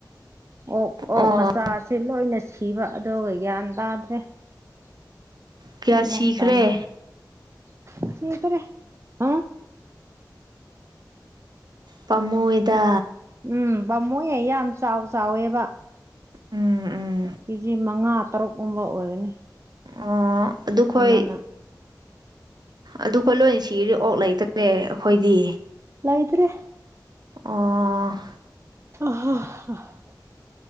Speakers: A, on the right; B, on the right.
A: ꯑꯣꯛ ꯑꯣꯛ
B: ꯑꯣ
A: ꯃꯆꯥꯁꯤ ꯂꯣꯏꯅ ꯁꯤꯕ ꯑꯗꯨꯒ ꯒ꯭ꯌꯥꯟ ꯇꯥꯗ꯭ꯔꯦ <unintelligible>
B: ꯀꯌꯥ ꯁꯤꯈ꯭ꯔꯦ ꯄꯥꯃꯨꯏꯗ
A: ꯎꯝ ꯄꯥꯝꯃꯨꯏ ꯑ ꯌꯥꯝ ꯆꯥꯎ ꯆꯥꯎꯋꯦꯕ
B: ꯎꯝ ꯎꯝ
A: ꯀꯦꯖꯤ ꯃꯉꯥ ꯇꯔꯨꯛꯀꯨꯝꯕ ꯑꯣꯏꯒꯅꯤ
B: ꯑꯣ ꯑꯗꯨ ꯈꯣꯏ
A: ꯑꯃꯅ
B: ꯑꯗꯨꯈꯣꯏ ꯂꯣꯏ ꯁꯤꯔꯦ ꯑꯣꯛ ꯂꯩꯇ꯭ꯔꯦ ꯑꯩꯈꯣꯏꯗꯤ
A: ꯂꯩꯇ꯭ꯔꯦ
B: ꯑꯣ
A: <unintelligible>